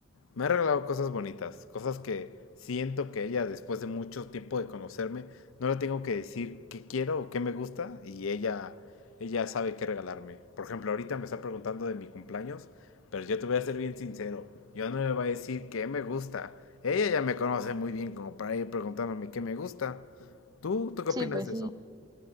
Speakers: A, on the left; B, on the right.
A: Me ha regalado cosas bonitas, cosas que siento que ella, después de mucho tiempo de conocerme, no le tengo que decir qué quiero o qué me gusta y ella, ella sabe qué regalarme. Por ejemplo, ahorita me está preguntando de mi cumpleaños, pero yo te voy a ser bien sincero, yo no le voy a decir qué me gusta. Ella ya me conoce muy bien como para ir preguntándome qué me gusta. ¿Tú, tú qué
B: Sí,
A: opinas
B: pues
A: de
B: sí.
A: eso?